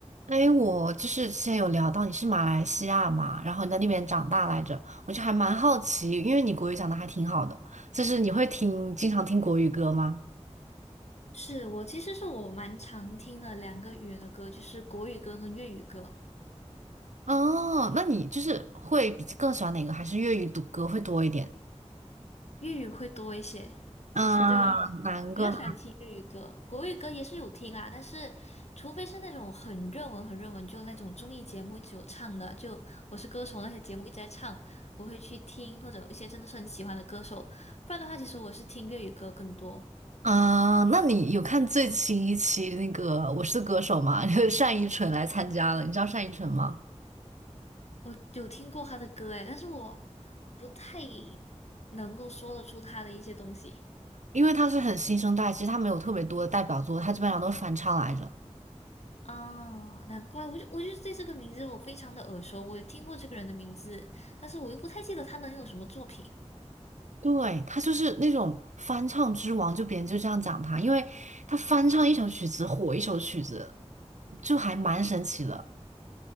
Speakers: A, on the right; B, on the left.
A: 哎，我就是之前有聊到你是马来西亚嘛，然后你在那边长大来着，我就还蛮好奇，因为你国语讲的还挺好的，就是你会听，经常听国语歌吗？
B: 是我其实是我蛮常听的两个语言的歌，就是国语歌跟粤语歌，
A: 哦，那你就是会比更喜欢哪个？还是粤语读歌会多一点？
B: 粤语会多一些。其实对我来
A: 啊，难歌
B: 比较喜欢听粤语歌，国语歌也是有听啊，但是除非是那种很热门、很热门，就那种综艺节目一直有唱的，就《我是歌手》那些节目一直在唱，我会去听，或者有一些真的是很喜欢的歌手，不然的话，其实我是听粤语歌更多。
A: 啊，那你有看最新一期那个《我是歌手》吗？<laughs> 就是单依纯来参加了，你知道单依纯吗？
B: 我有听过他的歌诶，但是我不太能够说得出他的一些东西。
A: 因为她是很新生代，其实她没有特别多的代表作，她基本上都是翻唱来着。
B: 啊，难怪，我就我就对这个名字我非常的耳熟，我有听过这个人的名字，但是我又不太记得他能有什么作品。
A: 对，他就是那种翻唱之王，就别人就这样讲他，因为他翻唱一首曲子火一首曲子，就还蛮神奇的。